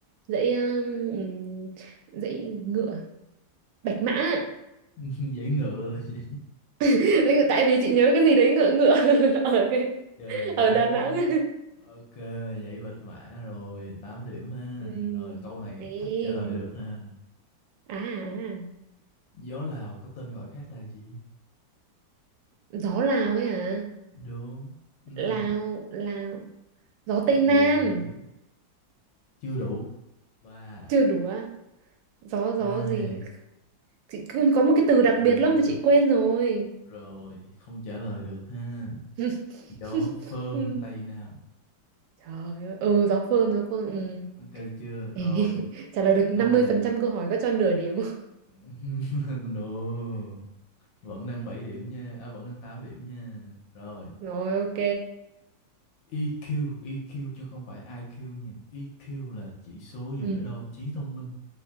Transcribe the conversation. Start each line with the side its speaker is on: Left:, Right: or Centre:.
Right: dãy um, ừm, dãy ngựa Bạch Mã
Left: <laughs> dãy ngựa là gì
Right: <laughs> tại vì chị nhớ cái gì đấy ngựa ngựa <laughs> ở cái
Left: trời
Right: ở
Left: ơi
Right: Đà Nẵng
Left: ok dãy bạch mã rồi 8 điểm ha
Right: ừ
Left: rồi câu này
Right: ấy
Left: thách trả lời được ha
Right: à, à
Left: gió Lào có tên gọi khác là gì
Right: gió Lào ấy à
Left: đúng năm
Right: Lào Lào gió Tây Nam
Left: bốn chưa đủ ba
Right: chưa đủ à gió gió
Left: hai
Right: gì chị cứ có một cái từ đặc
Left: một
Right: biệt lắm mà chị quên rồi
Left: rồi không trả lời được ha
Right: <laughs>
Left: gió phơn
Right: Ừ.
Left: tây nam
Right: trời ơi ừ gió phơn gió phơn ừ.
Left: ok chưa
Right: <laughs>
Left: rồi
Right: trả lời được năm
Left: câu này
Right: mươi phần trăm câu hỏi có cho nửa điểm <laughs> không?
Left: <laughs> no vẫn đang 7 điểm nha à vẫn đang 8 điểm nha rồi
Right: rồi ok
Left: EQ, EQ chứ không phải IQ nha. EQ là chỉ số dùng
Right: ừ.
Left: để đo trí thông minh,